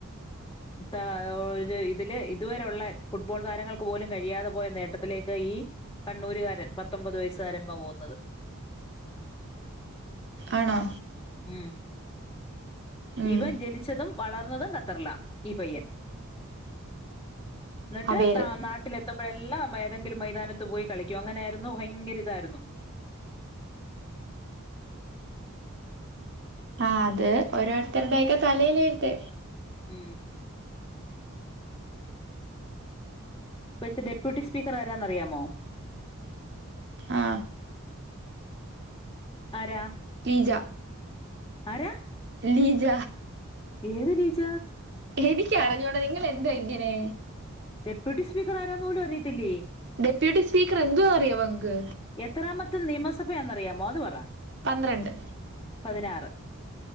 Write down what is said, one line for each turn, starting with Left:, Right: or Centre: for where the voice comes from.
Left: ത ഒരു ഇതില് ഇതുവരെുള്ള ഫുട്ബോൾ താരങ്ങൾക്ക് പോലും കഴിയാതെ പോയ നേട്ടത്തിലേക്ക് ഈ കണ്ണൂരുകാരന് പത്തൊമ്പത് വയസ്സുകാരൻ പോകുന്നത്
Right: ആണോ
Left: ഉം
Right: ഉം
Left: ഇവൻ ജനിച്ചതും വളർന്നതും ഖത്തറില ഈ പയ്യൻ എന്നിട്ട്
Right: അവേർ
Left: നാട്ടിലെത്തുമ്പോഴെല്ലാം മെ- ഏതെങ്കിലും മൈതാനത്ത് പോയി കളിക്കും അങ്ങനെയായിരുന്നു ഭയങ്കര ഇതായിരുന്നു
Right: ആ അത് ഓരോരുത്തരുടെയൊക്കെ തലേലെഴുത്ത്
Left: മ് ഇപ്പത്തെ ഡെപ്യൂട്ടി സ്പീക്കർ ആരാന്നറിയാമോ
Right: ആ
Left: ആരാ
Right: ലീജ
Left: ആരാ
Right: ലീ- ലീജ
Left: ഏത് ലീജ
Right: എനക്ക് അറിഞ്ഞോടാ നിങ്ങൾ ന്താ ഇങ്ങനെ
Left: ഡെപ്യൂട്ടി സ്പീക്കർ ആരാന്ന പോലും അറിയത്തില്ലേ
Right: ഡെപ്യൂട്ടി സ്പീക്കർ എന്ത അറിയ അവങ്ക്
Left: എത്രാമത്തെ നിമസ പയാന്ന് ന്ന അറിയാമോ ത് പറ
Right: പന്ത്രണ്ട്
Left: പതിനാറ്